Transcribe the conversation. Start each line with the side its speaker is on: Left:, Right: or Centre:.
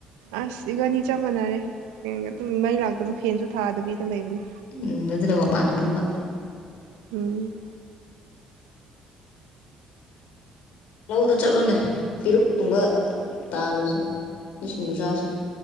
Right: ꯑꯁ ꯏꯕꯥꯅꯤ ꯆꯞ ꯃꯥꯟꯅꯔꯦ ꯐꯦꯟꯒ ꯑꯗꯨꯝ ꯃꯩ ꯂꯥꯛꯇꯕ ꯐꯦꯟꯁꯨ ꯊꯥꯗꯕꯤꯗ ꯂꯩꯕꯥꯅꯦ
Left: ꯎꯝ ꯑꯗꯨꯅ ꯃꯕꯥꯅ ꯐꯝꯕ
Right: ꯎꯝ
Left: ꯂꯧꯗꯨ ꯆꯠꯂꯨꯅꯦ ꯄꯤꯔꯨꯛ ꯀꯨꯝꯕ ꯇꯥꯜꯂꯨꯆꯣ ꯁꯤꯡꯖꯨ ꯆꯥꯁꯦ